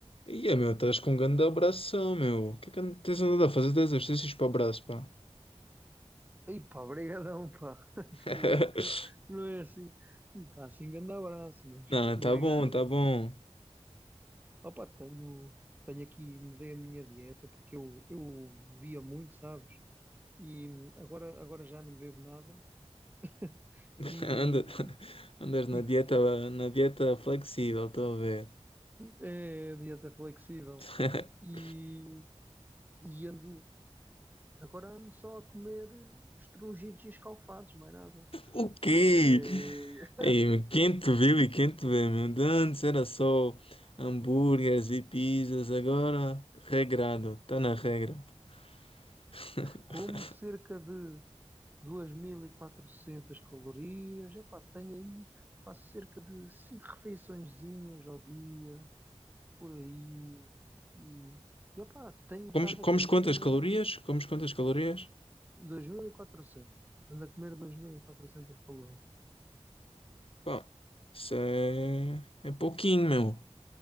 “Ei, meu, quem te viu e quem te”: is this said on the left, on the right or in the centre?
Left